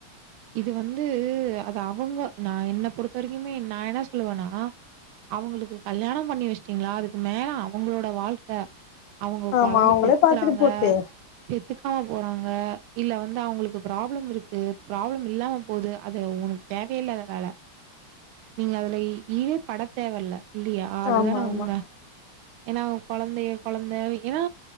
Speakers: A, on the right; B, on the left.
A: இது வந்து அது அவங்க நா என்ன பொறுத்த வரைக்குமே நா என்ன சொல்லுவேனா அவங்களுக்கு கல்யானோ பண்ணி வச்சுட்டீங்களா அதுக்கு மேல அவங்களோட வாழ்க்க அவங்க
B: ஆமா
A: கொழந்த
B: அவங்களே
A: பெத்துக்கறாங்க
B: பாத்துட்டு போட்டு
A: பெத்துக்காம போறாங்க இல்ல வந்து தா அவங்களுக்கு ப்ராப்ளம் இருக்கு ப்ராப்ளம் இல்லாம போது அது உனக்கு தேவையில்லாத வேல நீங்க அதுல ஈடே படக் தேவல்ல இல்லையா அதுதான
B: ஆமா ஆமா
A: உண்ம ஏன்னா அவ கொழந்தைய கொழந்த வைக்கிறா